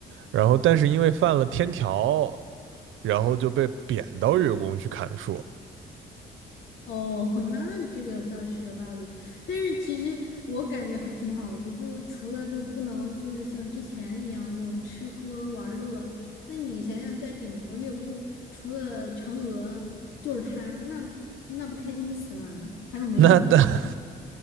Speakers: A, on the right; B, on the left.
A: 然后但是因为犯了天条，然后就被贬到月宫去砍树。
B: 哦，<laughs> 那这个倒是有道理的，但是其实我感觉还挺好的，就除了就不能就是像之前一样那种吃喝玩乐，那你想想，在整个月宫除了嫦娥就是他，那那不开心死啦，还有美女。
A: 那那